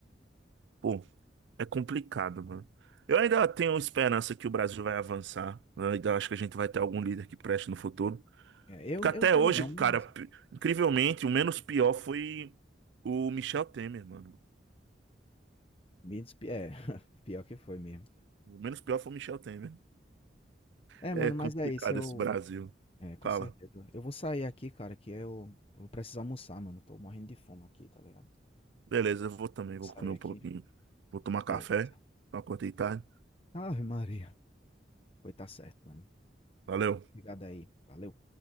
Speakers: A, on the right (about 75°); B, on the left (about 30°).
A: Pô, é complicado, mano. Eu ainda tenho esperança que o Brasil vai avançar. Eu ainda acho que a gente vai ter algum líder que preste no futuro.
B: É, eu,
A: Porque até
B: eu não tenho
A: hoje,
B: não, mas.
A: cara, p- incrivelmente, o menos pior foi o Michel Temer, mano.
B: menos pi- É, <laughs> pior que foi mesmo.
A: O menos pior foi o Michel Temer.
B: É,
A: É
B: mano,
A: complicado
B: mas é isso, eu.
A: esse Brasil.
B: É, com
A: Fala.
B: certeza. Eu vou sair aqui, cara, que eu, eu vou precisar almoçar, mano. Tô morrendo de fome aqui, tá ligado? Vou
A: Beleza, eu vou também,
B: sair
A: vou comer um
B: aqui.
A: pouquinho. Vou tomar café.
B: Beleza.
A: Acordei tarde.
B: Ave Maria. Pois tá certo, mano.
A: Valeu.
B: Obrigado aí. Valeu.